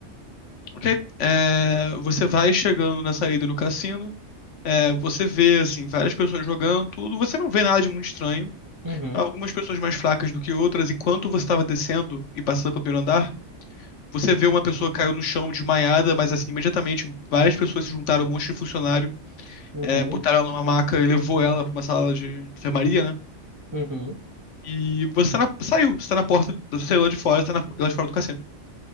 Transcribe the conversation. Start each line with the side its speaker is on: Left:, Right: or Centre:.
Left: ok. É, você vai chegando na saída do cassino, é, você vê, assim, várias pessoas jogando, tudo. Você não vê nada de muito estranho.
Right: Uhum.
Left: Algumas pessoas mais fracas do que outras. Enquanto você estava descendo e passando pelo primeiro andar, você vê uma pessoa caiu no chão desmaiada, mas assim, imediatamente várias pessoas se juntaram, um monte de funcionário,
Right: Uhum.
Left: é, botaram ela numa maca e levou ela para uma sala de enfermaria, né?
Right: Uhum.
Left: E você tá na- saiu, você tá na porta, você saiu lá de fora, você tá na- lá de fora do cassino.